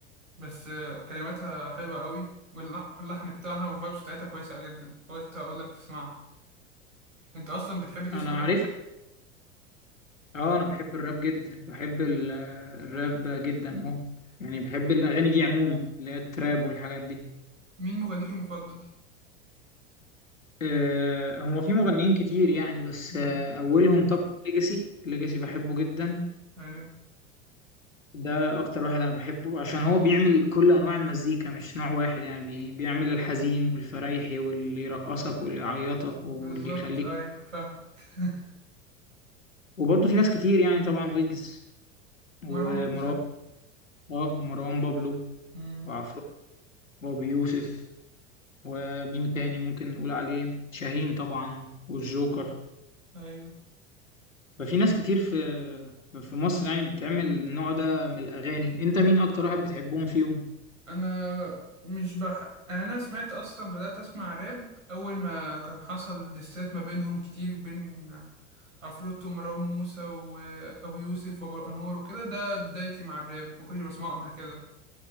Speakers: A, on the right; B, on the left.
A: بس آه، كلماتها حلوه قوي واللحن بتاعها والفايبس بتاعتها كويسه جدا قلت اقول لك تسمعها انت اصلا بتحب تسمع
B: أنا عارف
A: راب؟
B: أه أنا بحب الراب جدا بحب ال- الراب جدا أه يعني بحب الأغاني دي عموما اللي هي التراب والحاجات دي
A: مين مغنيك المفضل
B: أه هو في مغنيين كتير يعني بس
A: مم.
B: آه، أولهم طبعا ليجاسي ليجاسي بحبه جدا
A: ايوه
B: ده أكتر واحد أنا بحبه عشان هو بيعمل كل أنواع المزيكا مش نوع واحد يعني بي- بيعمل الحزين والفريحي واللي يرقصك واللي يعيطك واللي
A: بالظبط
B: يخليك
A: ايوه فاهمك <laughs>
B: وبرضه في ناس كتير يعني طبعا ويجز ومروان
A: مروان موسى
B: اه ومروان بابلو
A: مم.
B: وعفرو وابو يوسف ومين تاني ممكن نقول عليه شاهين طبعا والجوكر
A: ايوه
B: ففي ناس كتير في في مصر يعني بتعمل النوع ده من الأغاني انت مين اكتر واحد بتحبهم فيهم
A: انا مش بح... يعني انا سمعت اصلا بدأت اسمع راب اول ما كان حصل ديسات ما بينهم كتير بين عفروتو ومروان موسى وابو يوسف وابو الانوار وكده ده بدايتي مع الراب ما كنتش بسمعه قبل كده